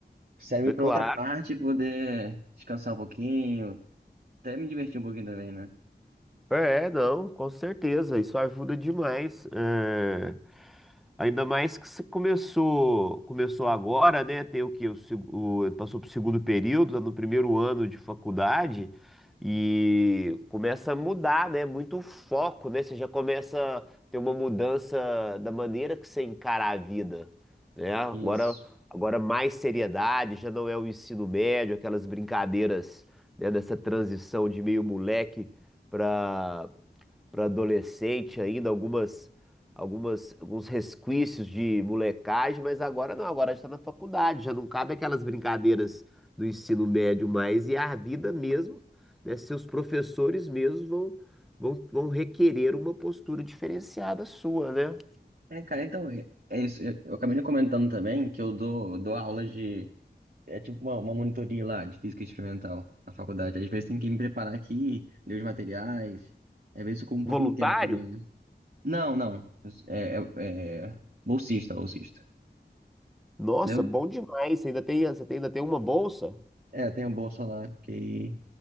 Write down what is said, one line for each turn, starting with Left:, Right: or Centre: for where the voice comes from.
Right: serve
Centre: É
Right: para
Centre: claro.
Right: outra parte poder descansar um pouquinho, até me divertir um pouquinho também, né?
Centre: É, não, com certeza. Isso ajuda demais. É, Ainda mais que se começou, começou agora, né? Tem o quê? O, seg- o- passou para o segundo período, tá no primeiro ano de faculdade, e começa a mudar, né? Muito o foco, né? Você já começa a ter uma mudança da maneira que você encara a vida, né? Agora,
Right: Isso.
Centre: agora mais seriedade, já não é o ensino médio, aquelas brincadeiras, né? Dessa transição de meio moleque para para adolescente ainda, algumas, algumas, alguns resquícios de molecagem, mas agora não, agora está na faculdade, já não cabe aquelas brincadeiras do ensino médio mais, e a vida mesmo, né, seus professores mesmos vão, vão, vão requerer uma postura diferenciada sua, né?
Right: É, cara, então é, é isso. Eu, eu acabei comentando também que eu dou, dou aula de. É tipo uma, uma monitoria lá de física experimental na faculdade. Às vezes tem que me preparar aqui, ler os materiais. Às vezes eu como um pouquinho
Centre: Voluntário?
Right: de tempo também, né? Não, não. É, é, é bolsista, bolsista.
Centre: Nossa,
Right: Entendeu?
Centre: bom demais, você ainda tem, você tem- ainda tem uma bolsa?
Right: É, tem uma bolsa lá que